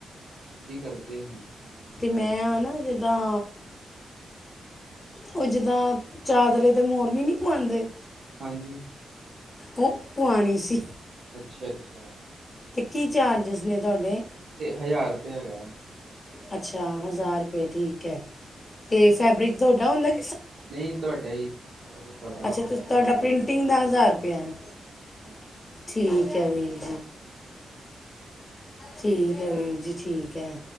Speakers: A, on the right; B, on the left.
A: ਹਾਂਜੀ ਕਰਦੇ ਹਾਂ। ਹਾਂਜੀ
B: ਤੇ, ਮੈਂ,
A: ਕਰਦੇ
B: ਆਨਾ
A: ਹਾਂ
B: ਜਿੱਦਾਂ ਓ ਜਿੱਦਾਂ, ਚਾਦਰੇ ਤੇ, ਮੋਰਨੀ ਨੀ ਪੁਆਂਦੇ
A: ਹਾਂਜੀ।
B: ਓ ਪਵਾਣੀ ਸੀ।
A: ਅੱਛਾ- ਅੱਛਾ।
B: ਤੇ, ਕੀ ਚਾਰਜਿਸ? ਨੇ ਤੁਹਾਡੇ।
A: ਹਜ਼ਾਰ ਰੁਪਯਾ ਹੈਗਾ ਐ।
B: ਅੱਛਾ ਹਜ਼ਾਰ। ਫੇਰ ਠੀਕ ਐ। ਤੇ ਫੈਬਰਿਕ ਤੌਡਾ ਹੁੰਦਾ ਐ?
A: ਨਈ ਤੁਹਾਡਾ ਹੀ ਸਾਰਾ ਕੁਛ ਤੁਹਾਡਾ
B: ਅੱਛਾ
A: ਆਪਾਂ
B: ਤੇ
A: ਪ੍ਰਿੰਟ
B: ਤੁਹਾਡਾ
A: ਕਰਕੇ
B: ਪ੍ਰਿੰਟਿੰਗ
A: ਦੇਣਾ
B: ਦਾ ਰੁਪਇਆ ਹੈ
A: ਐ।
B: ਠੀਕ ਹੈ ਵੀ।
A: ਹਾਂਜੀ।
B: ਠੀਕ ਹੈ ਵੀਰ ਜੀ ਠੀਕ। ਹੈ